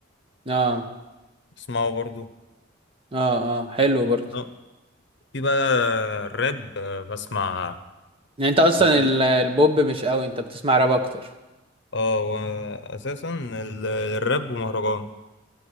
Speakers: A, on the right; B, on the left.
A: اه
B: بسمعه برضو
A: اه اه حلو برضو
B: لا في بقى الراب آه، بسمع
A: يعني انت اصلا
B: راب.
A: ال- البوب مش قوي انت بتسمع راب اكتر
B: اه واساسا ال- الراب ومهرجان